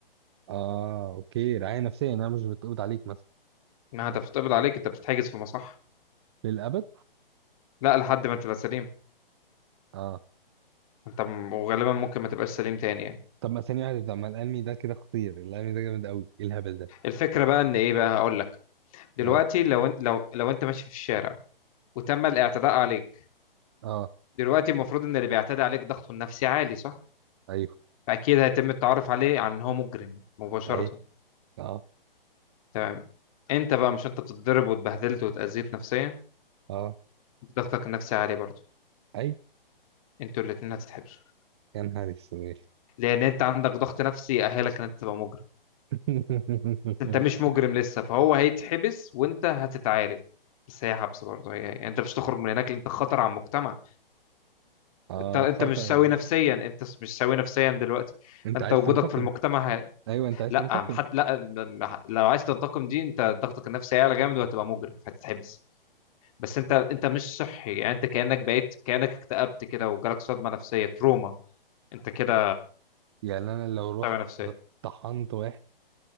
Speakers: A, on the right; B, on the left.
A: اه اوكي رعاية نفسية يعني انا مش بتقبض عليك مثلا
B: انها انت بتتقبض عليك انت بتتحجز في مصح
A: للأبد
B: لا لحد ما تبقى سليم
A: اه
B: انت م- وغالبا ممكن ما تبقاش سليم تاني يعني
A: طب ما ثانية واحدة طب ما الأنمي ده كده خطير الأنمي ده جامد قوي ايه الهبل ده
B: الفكرة بقى ان ايه بقى هقول لك دلوقتي
A: اه
B: لو إن- لو لو انت ماشي في الشارع وتم الاعتداء عليك
A: اه
B: دلوقتي المفروض ان اللي بيعتدي عليك ضغطه النفسي عالي صح
A: ايوه
B: فاكيد هيتم التعرف عليه على ان هو مجرم مباشرة
A: ايوه اه
B: تمام انت بقى مش انت بتتضرب واتبهدلت واتأذيت نفسيا
A: اه
B: انت ضغطك النفسي عالي برضه
A: ايوه
B: انتوا الاتنين هتتحبسوا
A: يا نهار اسود
B: لان انت عندك ضغط نفسي يأهلك ان انت تبقى مجرم
A: <laughs>
B: انت مش مجرم لسه فهو هيتحبس وانت هتتعالج بس هي حبس برضه هي يعني انت مش تخرج من هناك لأن انت خطر على المجتمع
A: اه
B: انت انت
A: خطر
B: مش سوي نفسيا انت مش سوي نفسيا دلوقتي
A: انت
B: فانت
A: عايز
B: وجودك
A: تنتقم
B: في المجتمع
A: ايوه انت عايز
B: لا
A: تنتقم
B: عم- حد لا م- لو عايز تنتقم دي انت ضغطك النفسي هيعلى جامد وهتبقى مجرم فهتتحبس بس انت انت مش صحي يعني انت كانك بقيت كانك اكتئبت كده وجالك صدمه نفسيه تروما انت كده
A: يعني انا لو رحت
B: صدمه نفسيه
A: ض- طحنت واحد